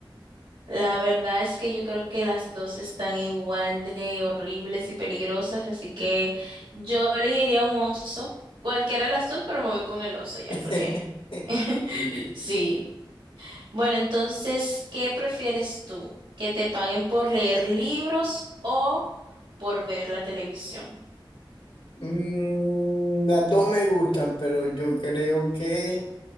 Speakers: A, on the right (about 90°); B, on the left (about 85°).
A: la verdad es que yo creo que las dos están igual de horribles y peligrosas, así que yo elegiría un oso, cualquiera de las dos, pero me voy con el oso ya,
B: <laughs>
A: porque <laughs>
B: Le-
A: sí. Bueno, entonces, ¿qué prefieres tú? ¿Que te paguen por leer libros o por ver la televisión?
B: Mm, las dos me gustan, pero yo creo que